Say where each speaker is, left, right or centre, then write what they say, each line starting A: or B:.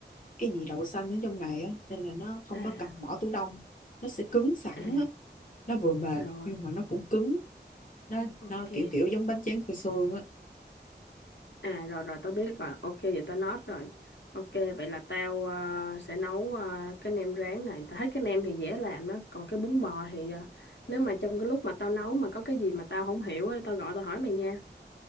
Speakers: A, on the left (about 45°); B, on the left (about 80°).
A: cái gì đậu xanh ở trong này á nên là nó không
B: À
A: có cần bỏ tủ đông nó sẽ cứng sẵn
B: à
A: á nó vừa mềm
B: rồi
A: nhưng mà nó cũng cứng nó
B: ok.
A: nó kiểu kiểu giống bánh tráng phô xương á
B: À rồi rồi tao biết rồi, ok vậy tao note rồi. Ok vậy là tao ờ, sẽ nấu ờ, cái nem rán này. Tao thấy cái nem thì dễ làm đó, còn cái bún bò thì ờ, nếu mà trong cái lúc mà tao nấu mà có cái gì mà tao không hiểu á, tao gọi tao hỏi mày nha.